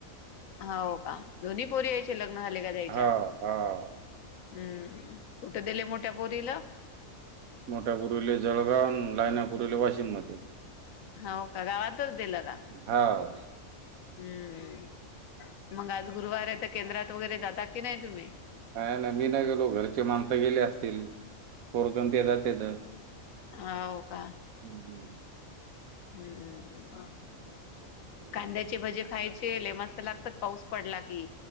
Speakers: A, on the left (about 75°); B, on the right (about 80°).
A: हो का, दोन्ही पोरी यायचे लग्न झाले का तेंच्या?
B: हां, हां.
A: हम्म. कूठ देले मोठ्या पुरीला?
B: मोठ्यापूरीले जळगाव, लायना पूरीले वाशिम मद.
A: होका? गावातच दिलं का?
B: हाव.
A: हम्म. मग आज गुरुवार आहे, तर केंद्रात वगैरे जाता की नाही तुम्ही?
B: नाय - नाय मी नाही गेलो, घरचे माणसं गेले असतील पोरगण देतात तिथं.
A: हो का?
B: ह्म ह्म.
A: हम्.
B: हो <unintelligible>
A: कांद्याचे भजे खायचे लई मस्त लागतात, पाऊस पडला की.